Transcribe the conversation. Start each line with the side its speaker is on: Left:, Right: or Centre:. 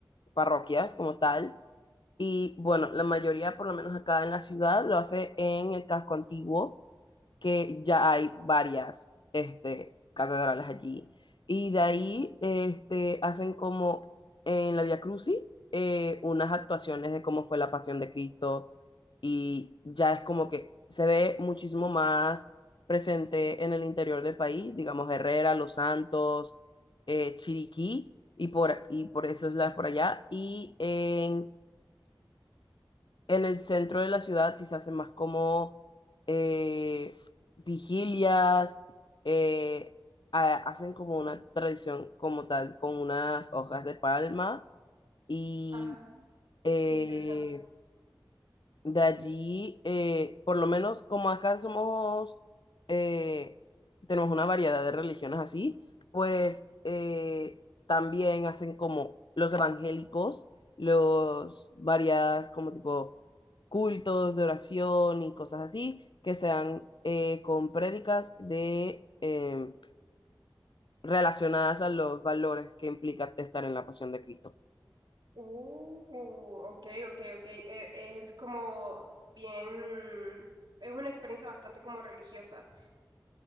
Left: parroquias como tal. Y bueno, la mayoría, por lo menos acá en la ciudad, lo hace en el casco antiguo que ya hay varias este, catedrales allí. Y de ahí este, hacen como en la Vía Crucis eh, unas actuaciones de cómo fue la pasión de Cristo y ya es como que se ve muchísimo más presente en el interior del país, digamos Herrera, Los Santos, eh, Chiriquí y por, y por eso es la por allá. Y en en el centro de la ciudad sí se hacen más como eh, vigilias, eh, ha- hacen como una tradición como tal, con unas hojas de palma y
Right: ajá,
Left: eh,
Right: qué interesante.
Left: de allí, eh, por lo menos como acá somos, eh, tenemos una variedad de religiones así, pues eh, también hacen como los evangélicos, los varias como tipo cultos de oración y cosas así que sean eh, con prédicas de, eh, relacionadas a los valores que implica estar en la pasión de Cristo.
Right: Uh, ok, ok, ok. E- Es, como bien, es una experiencia bastante como religiosa.